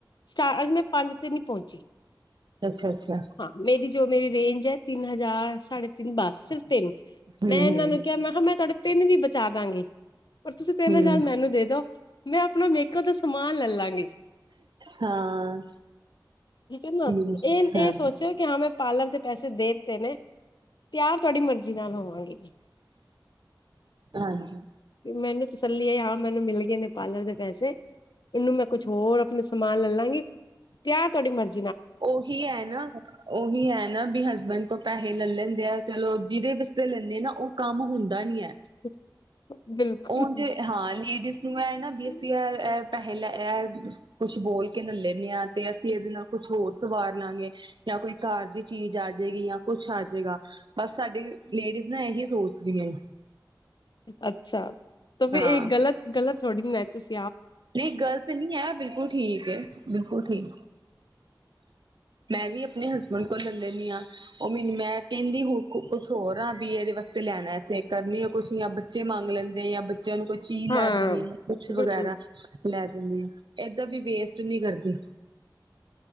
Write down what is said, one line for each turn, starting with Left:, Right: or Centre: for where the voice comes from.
Left: ਸਟਾਰ ਅਜ ਮੈਂ ਪੰਜ ਤੇ ਨਹੀਂ ਪਹੁੰਚੀ।
Right: ਅੱਛਾ-ਅੱਛਾ
Left: ਹਾਂ ਮੇਰੀ ਜੋ ਮੇਰੀ ਰੇਂਜ ਹੈ ਤਿੰਨ ਹਜ਼ਾਰ ਸਾਢੇ ਤਿੰਨ ਬੱਸ ਸਿਰਫ ਤਿੰਨ
Right: ਹੂੰ
Left: ਮੈਂ ਇਹਨਾਂ ਨੂੰ ਕਿਹਾ ਮੈਂ ਕਿਹਾ ਮੈਂ ਥੋਡੇ ਤਿੰਨ ਵੀ ਬਚ ਬਚਾ ਦਾਂਗੀ। ਪਰ ਤੁਸੀਂ ਤਿੰਨ
Right: ਹੂੰ
Left: ਹਜ਼ਾਰ
Right: ਹੂੰ
Left: ਮੈਨੂੰ ਦੇ ਦੋ ਮੈਂ ਆਪਣਾ ਮੇਕਅਪ ਦਾ ਸਮਾਨ ਲੈਲਾਂਗੀ।
Right: ਹਾਂ
Left: ਠੀਕ ਹੈ ਨਾ
Right: ਠੀਕ
Left: ਇਹ ਇਹ
Right: ਹਾਂ
Left: ਸੋਚਿਓ ਕਿ ਹਾਂ ਮੈਂ ਪਾਰਲਰ ਦੇ ਪੈਸੇ ਦੇ ਦਿੱਤੇ ਨੇ ਤਿਆਰ ਤੁਹਾਡੀ ਮਰਜ਼ੀ ਨਾਲ ਹੋਵਾਂਗੀ
Right: ਹਾਂਜੀ
Left: ਜੀ ਮੈਨੂੰ ਤਸੱਲੀ ਆਈ ਹਾਂ ਮੈਨੂੰ ਮਿਲ ਗਏ ਨੇ ਪਾਰਲਰ ਦੇ ਪੈਸੇ ਇਹਨੂੰ ਮੈਂ ਕੁਛ ਹੋਰ ਆਪਣੇ ਸਮਾਨ ਲੈ ਲਾਂਗੀ ਤਿਆ ਤੁਹਾਡੀ ਮਰਜੀ
Right: ਉਹੀ ਹੈ ਨਾ, ਉਹੀ ਹੈ ਨਾ, ਵੀ ਹਸਬੈਂਡ ਤੋਂ ਪੈਸੇ ਲਲੈਂਦੇ ਆ ਚਲੋ ਜਿਹਦੇ ਵਾਸਤੇ ਲੈਂਨੇ ਨਾ ਉਹ ਕੰਮ ਹੁੰ ਦਾ ਨਹੀਂ ਹੈ
Left: <unintelligible> ਬਿਲਕੁਲ
Right: ਉਹ ਜੇ ਹਾਂ ਲੇਡੀਜ਼ ਨੂੰ ਹੈ ਨਾ
Left: ਬਿਲਕੁਲ
Right: ਬਈ ਅਸੀਂ ਐ ਐ ਪਹਿਲ ਇਹ ਕੁਛ ਬੋਲ ਕੇ ਕੇ ਲੇ ਲੈਂਦੇ ਹਾਂ ਤੇ ਅਸੀਂ ਇਹਦੇ ਨਾਲ ਕੁਛ ਹੋਰ ਸਵਾਰ ਲਵਾਂਗੇ ਜਾਂ ਕੋਈ ਘਰ ਦੀ ਚੀਜ਼ ਆ ਜਾਏਗੀ ਜਾਂ ਕੁਛ ਆ ਜਾਏਗਾ ਬਸ ਸਾਡੀ ਲੇਡੀਜ਼ ਨਾ ਇਹੀ ਸੋਚਦੀਆਂ
Left: ਅੱਛਾ ਤਾਂ ਫਿਰ
Right: ਹਾਂ
Left: ਇੱਕ ਗ਼ਲਤ ਗ਼ਲਤ <unintelligible>
Right: ਨਹੀਂ ਗ਼ਲਤ ਨਹੀਂ ਹੈ ਬਿਲਕੁਲ ਠੀਕ ਏ ਬਿਲਕੁਲ ਠੀਕ ਮੈਂ ਵੀ ਆਪਣੇ ਹਸਬੈਂਡ ਕੋਲ ਲੈ ਲੈਂਦੀ ਹਾਂ ਉਹ ਮੈਨੂੰ ਮੈਂ ਕਹਿੰਦੀ ਹ ਕੁਛ ਹੋਰ ਹਾਂ ਵੀ ਇਹਦੇ ਵਾਸਤੇ ਲੈਣਾ ਇੱਥੇ ਕਰਨੀ ਆ ਕੁਛ ਬੱਚੇ ਮੰਗ ਲੈਂਦੇ ਆ ਜਾਂ ਬੱਚਿਆਂ ਨੂੰ ਕੋਈ ਚੀਜ਼
Left: ਹਾਂ
Right: ਲੈ ਦਿੰਣੀ ਆ ਕੁਛ
Left: ਬਿਲਕੁਲ
Right: ਵਗੈਰਾ ਲੈ ਦਿੰਦੇ ਹਾਂ ਏਦਾਂ ਵੀ ਵੇਸਟ ਨੀ ਕਰਦੀ